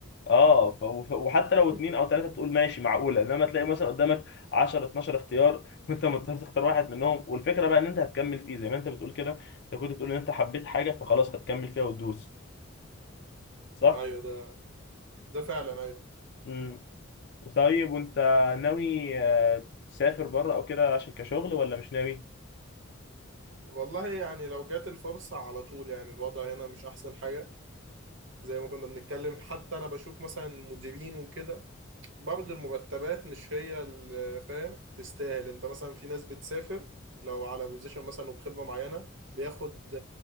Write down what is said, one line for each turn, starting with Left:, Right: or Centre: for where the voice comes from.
Left: اه ف... وف- وحتى لو
Right: <laughs>
Left: اتنين او تلاتة تقول ماشي معقولة انما تلاقي مثلا قدامك 10 12 اختيار <laughs> وانت مضطر تختار واحد منهم والفكرة بقى ان انت هتكمل فيه زي ما انت بتقول كده انت كنت بتقول ان انت حبيت حاجة فخلاص هتكمل فيها وتدوس صح؟
Right: ايوه ده ده فعلا ايوه
Left: امم طيب وانت ناوي آه، تسافر بره او كده عشان كشغل ولا مش ناوي؟
Right: والله يعني لو جات الفرصه على طول يعني الوضع هنا مش احسن حاجه زي ما كنا بنتكلم حتى انا بشوف مثلا مديرين وكده برضه المرتبات مش هي اللي فاهم تستاهل انت مثلا في ناس بتسافر لو على بوزيشن مثلا وبخبره معينه بياخد